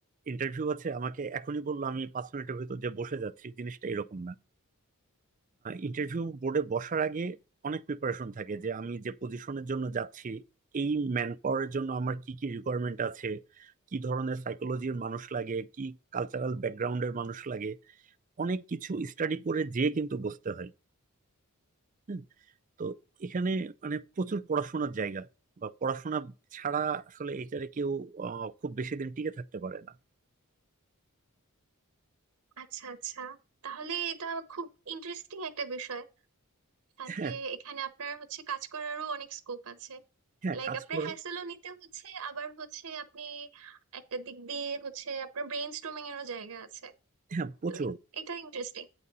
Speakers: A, on the right; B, on the right.
A: ইন্টারভিউ আছে আমাকে এখনই বললো আমি পাঁচ মিনিটের ভিতর যে বসে যাচ্ছি জিনিসটা এরকম না ইন্টারভিউ বোর্ডে বসার আগে অনেক প্রিপারেশন থাকে যে আমি যে পজিশনের জন্য যাচ্ছি এই ম্যান পাওয়ারের জন্য আমার কি কি রিকোয়ারমেন্ট আছে কি ধরনের সাইকোলজির মানুষ লাগে কি কালচারাল ব্যাকগ্রাউন্ডের মানুষ লাগে অনেক কিছু স্টাডি করে যেয়ে কিন্তু বসতে হয় হুম, তো এখানে মানে প্রচুর পড়াশোনার জায়গা বা পড়াশোনা ছাড়া আসলে এইটারে কেউ আহ, খুব বেশি দিন টিকে থাকতে পারে না
B: আচ্ছা আচ্ছা তাহলে এটা খুব ইন্টারেস্টিং একটা বিষয় সাথে
A: হ্যাঁ
B: এখানে আপনার হচ্ছে কাজ করারও অনেক স্কোপ আছে
A: হ্যাঁ
B: লাইক
A: কাজ
B: আপনার
A: করে
B: হ্যাসেলও নিতে হচ্ছে আবার হচ্ছে আপনি একটা দিক দিয়ে হচ্ছে আপনার ব্রেন স্টর্মিং এরও জায়গা আছে
A: হ্যাঁ প্রচুর
B: তো এ- এটা ইন্টারেস্টিং